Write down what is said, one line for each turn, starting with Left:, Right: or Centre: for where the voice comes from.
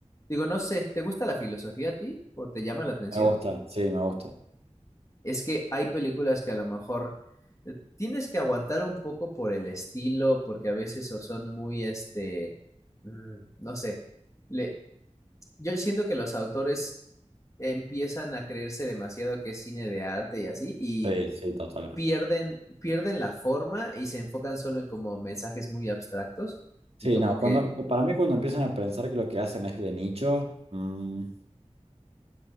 Left: digo, no sé, ¿te gusta la filosofía a ti o te llama la atención?
Right: Me gusta, sí, me gusta.
Left: Es que hay películas que a lo mejor eh, tienes que aguantar un poco por el estilo, porque a veces o son muy, este, mm, no sé. Le- yo siento que los autores empiezan a creerse demasiado que es cine de arte y así, y
Right: Sí, sí, totalmente.
Left: pierden, pierden la forma y se enfocan solo en como mensajes muy abstractos
Right: Sí,
Left: y como
Right: no,
Left: que
Right: cuando, para mí cuando empiezan a pensar que lo que hacen es de nicho, mm,